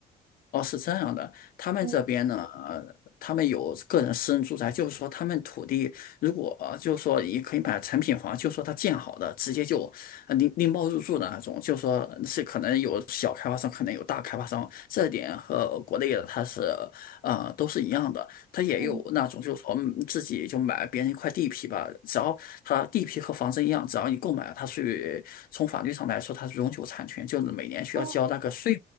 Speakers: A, on the left; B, on the right.
A: 哦，是这样的，他们这边呢，
B: 嗯
A: 呃，他们有个人私人住宅，就是说他们土地如果呃就是说也可以买成品房，就是说他建好的，直接就呃拎拎包入住的那种，就是说是可能有小开发商，可能有大开发商，这点和国内的它是呃都是一样的，他也有那种就是说嗯自己就买别人一块地皮吧，
B: 嗯
A: 只要他地皮和房子一样，只要你购买了，它属于从法律上来说它是永久产权，就是每年需要交那个税。
B: 哦